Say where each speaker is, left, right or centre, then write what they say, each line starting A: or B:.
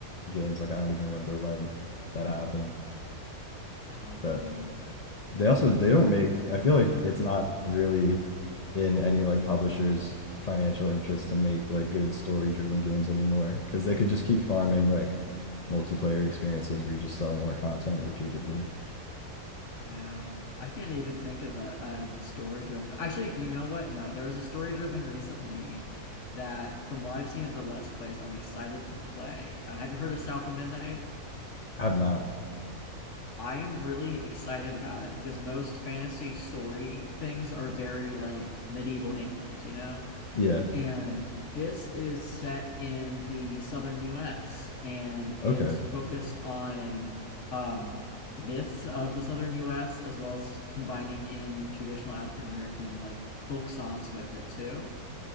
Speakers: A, on the left; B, on the left.
A: games. Like I don't even remember when that happened.
B: Oh
A: But
B: man.
A: they also they don't make I feel like it's not really in any like publisher's financial interest to make like good story-driven games anymore because they could just keep farming like multiplayer experiences where you just sell more content repeatedly.
B: Yeah, I can't even think of a, a story driven. Actually, you know what? No, there was a story driven recently that, from what I've seen of the Let's Plays, I'm excited to play. Uh, have you heard of South of Midnight?
A: Have not.
B: I am really excited about it because most fantasy story things are very like medieval England, you know?
A: Yeah.
B: And this is set in the southern US and
A: Okay.
B: it's focused on um, myths of the southern US as well as combining in traditional African American like folk songs with it too.